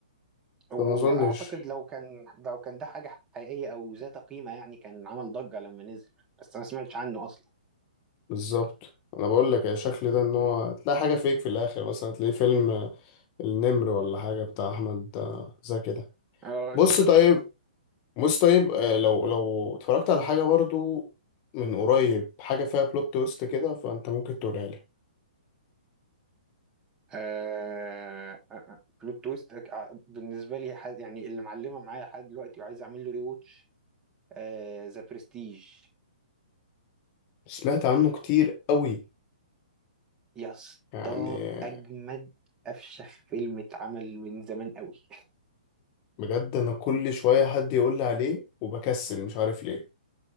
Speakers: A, on the right; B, on the left.
A: واعتقد
B: فما اظنش
A: لو كان لو كان ده حاجه حقيقيه او ذات قيمه يعني كان عمل ضجه لما نزل بس انا ما سمعتش عنه اصلا
B: بالظبط انا بقول لك يا شكل ده ان هو تلاقي حاجه فيك في الاخر مثلا تلاقي فيلم النمر ولا حاجه بتاع احمد زكي ده
A: اه
B: بص
A: <laughs>
B: طيب بص طيب آه، لو لو اتفرجت على حاجة برضو من قريب حاجة فيها بلوت تويست كده فأنت ممكن تقولها لي
A: آه، آه، آه، بلوت تويست آه، بالنسبه لي حد يعني اللي معلمه معايا لحد دلوقتي وعايز اعمل له ري واتش آه، ذا برستيج
B: سمعت عنه كتير قوي
A: يا اسطى
B: يعني
A: اجمد افشخ فيلم اتعمل من زمان قوي
B: بجد أنا كل شوية حد يقول لي عليه وبكسل مش عارف ليه